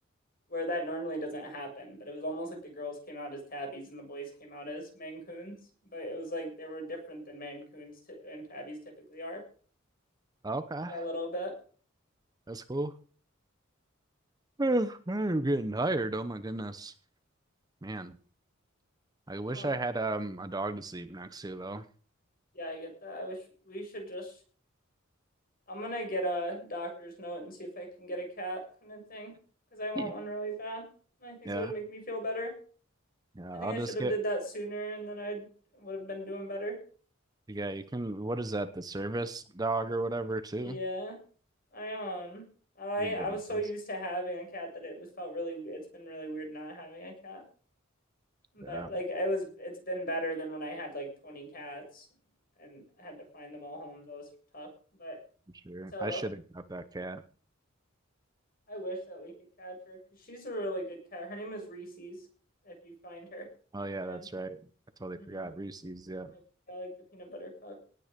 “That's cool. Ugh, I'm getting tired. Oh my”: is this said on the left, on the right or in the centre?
Right